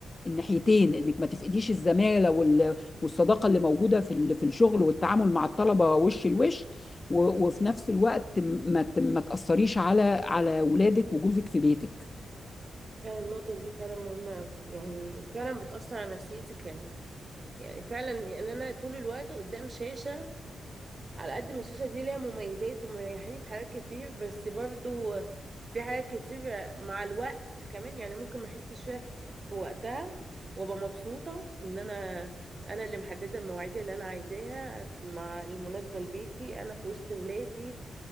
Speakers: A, on the left; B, on the right.
A: الناحيتين انك ما تفقديش الزماله وال- والصداقه اللي موجوده في ال- في الشغل والتعامل مع الطلبه وش لوش و- وفي نفس الوقت ما ت- ما تاثريش على على ولادك وجوزك في بيتك
B: فعلا النقطة دي فعلا مهمة أوي يعني فعلا بتأثر على نفسيتك يعني يعني فعلا يعني أنا طول الوقت قدام شاشة على قد ما الشاشة دي ليها مميزات ومريحاني في حاجات كتير بس برضو في حاجات كتير مع الوقت كمان يعني ممكن ما احسش فيها في وقتها وابقى مبسوطة ان انا انا اللي محددة المواعيد اللي انا عايزاها مع المناسبة لبيتي انا في وسط ولادي